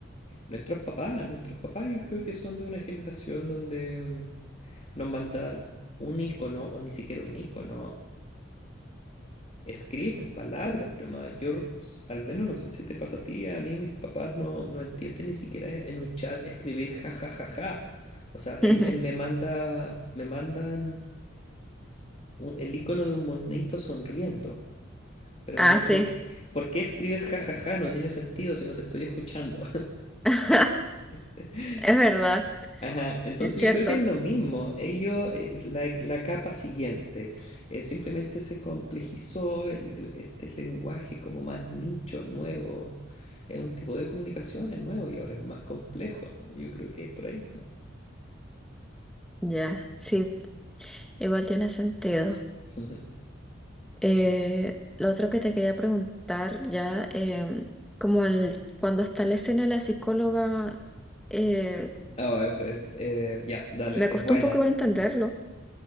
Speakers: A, on the left; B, in the centre.
A: nuestros papás. Nuestros papás yo creo que son de una generación donde em, nos mandan un icono o ni siquiera un icono Escriben palabras nomás. Yo, r- s- al menos no sé si te pasa a ti, a mí mis papás no, no entienden ni siquiera e- en un chat escribir ja ja ja ja. O sea, él,
B: <laughs>
A: él me manda, me mandan s- un- el icono de un monito sonriendo. Pero
B: Ah,
A: me pregunto,
B: sí.
A: ¿por, por qué escribes ja ja ja? No tiene sentido si no te estoy escuchando.
B: <laughs>
A: <laughs>
B: Es verdad,
A: Ajá, entonces
B: es cierto.
A: yo creo que es lo mismo. Ellos, eh, la, e, la capa siguiente, eh, simplemente se complejizó el- el- este lenguaje como más nicho, nuevo. Es un tipo de comunicación, es nuevo y ahora es más complejo. Yo creo que por ahí va.
B: Ya, sí, igual tiene sentido.
A: <laughs>
B: Eh, lo otro que te quería preguntar, ya, em, como el, cuando está la escena de la psicóloga, eh,
A: Ah, es- es- eh, ya, dale,
B: Me
A: es
B: costó
A: buena.
B: un poco igual
A: <laughs>
B: entenderlo,